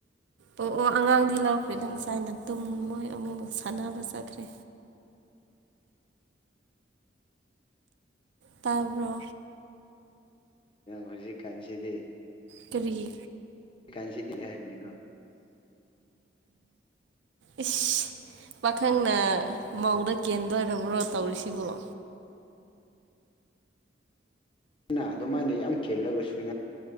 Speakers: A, on the right; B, on the left.
A: ꯑꯣ ꯑꯣ ꯑꯉꯥꯡꯗꯤ ꯂꯥꯎꯈ꯭ꯔꯦꯗꯪ ꯉꯁꯥꯏꯅ ꯇꯨꯝ ꯃꯣꯏ ꯑꯃꯨꯛ ꯁꯥꯟꯅꯕ ꯆꯠꯈ꯭ꯔꯦ
B: <unintelligible>
A: ꯇꯥꯔꯕꯣ
B: ꯍꯧꯖꯤꯛ ꯀꯟꯁꯤꯗꯤ
A: ꯀꯔꯤꯒꯤ
B: ꯑꯦꯀꯥꯟꯁꯤꯗꯤꯂ ꯍꯥꯏꯅꯤꯒ <inaudible>
A: ꯏꯁ ꯄꯥꯈꯪꯅ ꯃꯧꯗ ꯀꯦꯟꯗꯣꯏꯔꯕ꯭ꯔꯣ ꯇꯧꯔꯤꯁꯤꯕ
B: ꯑꯩꯅ ꯑꯗꯨꯃꯥꯏꯅ ꯌꯥꯝ ꯀꯦꯦꯜꯂꯒ ꯁꯨꯏꯅ